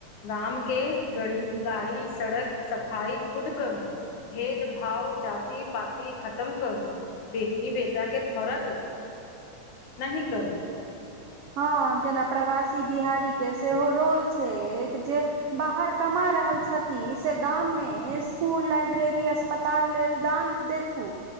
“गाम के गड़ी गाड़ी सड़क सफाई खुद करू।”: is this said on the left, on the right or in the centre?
Left